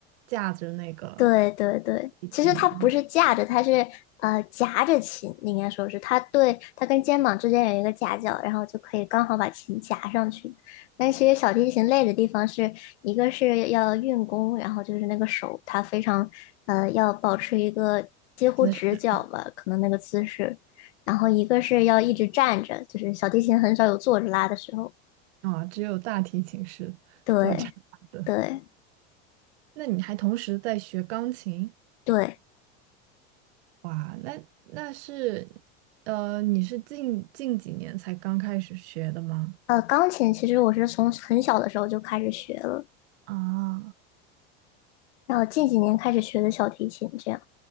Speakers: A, on the right; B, on the left.
A: 架着那个
B: 对对对，
A: 提琴啊，
B: 其实它不是架着，它是呃夹着琴，应该说是它对它跟肩膀之间有一个夹角，然后就可以刚好把琴夹上去。但其实小提琴累的地方是一个是要运弓，然后就是那个手它非常呃要保持一个几乎直角吧，
A: 姿势
B: 可能那个姿势，然后一个是要一直站着，就是小提琴很少有坐着拉的时候。
A: 啊，只有大提琴是坐着的。
B: 对对
A: 那你还同时在学钢琴？
B: 对，
A: 哇，那那是，呃，你是近近几年才刚开始学的吗？
B: 呃，钢琴其实我是从很小的时候就开始学了。
A: 啊。
B: 然后近几年开始学的小提琴，这样。